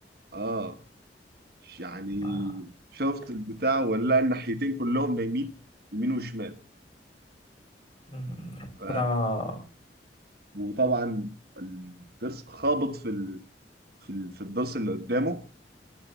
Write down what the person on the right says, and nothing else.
اه يعني
شفت البتاع ولا الناحيتين كلهم نايمين يمين وشمال
ف... وطبعا الضرس خابط في ال... في ال... في الضرس اللي قدامه